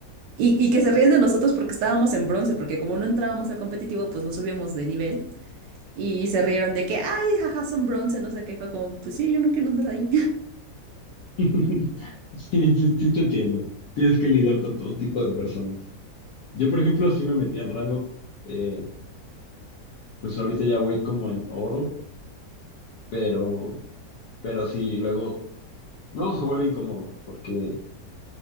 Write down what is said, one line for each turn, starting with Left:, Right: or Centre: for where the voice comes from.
Right: Y, y que se ríen de nosotros porque estábamos en bronce, porque como no entrábamos al competitivo, pues no subíamos de nivel. Y se rieron de que, ay, jaja, son bronce, no sé qué. Y fue como, pues sí, yo no quiero andar ahí.
Left: <laughs> Sí, sí, sí te entiendo. Tienes que lidiar con todo tipo de personas. Yo, por ejemplo, sí me metí al rango, eh, pues ahorita ya voy como en oro, pero, pero sí, luego, luego se vuelve incómodo, porque